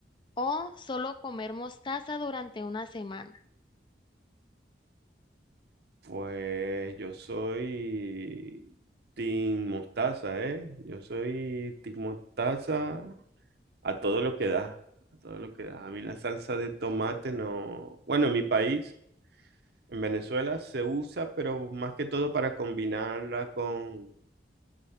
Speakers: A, on the left (about 25°); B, on the right (about 60°).
A: o solo comer mostaza durante una semana?
B: Pues yo soy Team Mostaza, ¿eh? Yo soy Team Mostaza a todo lo que da, a todo lo que da. A mí la salsa de tomate no... Bueno, en mi país, en Venezuela, se usa, pero más que todo para combinarla con,